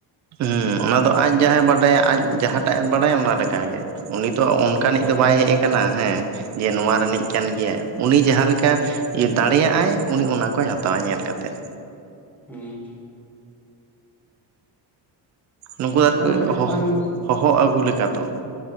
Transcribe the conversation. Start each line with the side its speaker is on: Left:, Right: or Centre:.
Right: ᱦᱮᱸ ᱚᱱᱟ ᱫᱚ ᱟᱡ ᱡᱟᱦᱟᱸᱟᱭ ᱵᱟᱰᱟᱭᱟ ᱟᱡ ᱡᱟᱦᱟᱸᱴᱟᱜ ᱮ ᱵᱟᱰᱟᱭᱟ
Centre: ᱦᱳᱭ
Right: ᱚᱱᱟ ᱞᱮᱠᱟᱜᱮ᱾ ᱩᱱᱤ ᱛᱚ ᱚᱱᱠᱟᱱᱤᱡ
Centre: ᱚᱱᱠᱟᱜᱮ
Right: ᱫᱚ ᱵᱟᱭ ᱦᱮᱡ
Centre: ᱵᱩᱡᱷᱟᱹᱣ
Right: ᱟᱠᱟᱱᱟ
Centre: ᱢᱮ
Right: ᱦᱮᱸ ᱡᱮ ᱱᱚᱣᱟ ᱨᱤᱱᱤᱡ ᱠᱟᱱ ᱜᱮᱭᱟᱭ᱾ ᱩᱱᱤ ᱡᱟᱦᱟᱸ ᱞᱮᱠᱟ ᱫᱟᱲᱮᱭᱟᱜ ᱟᱭ ᱩᱱᱤ ᱚᱱᱟ ᱠᱚᱭ ᱦᱟᱛᱟᱣᱟ ᱧᱮᱞ ᱠᱟᱛᱮᱫ᱾
Centre: ᱦᱩᱸ
Right: ᱱᱩᱠᱩ ᱫᱚ
Centre: ᱮᱱᱛᱮ
Right: ᱟᱨᱠᱤᱚ
Centre: ᱨᱮᱦᱚᱸ ᱠᱟᱹᱴᱤᱡ ᱛᱟᱞᱟᱝ
Right: ᱦᱚᱦᱚ ᱟᱹᱜᱩ ᱞᱮᱠᱟ ᱛᱚ ᱾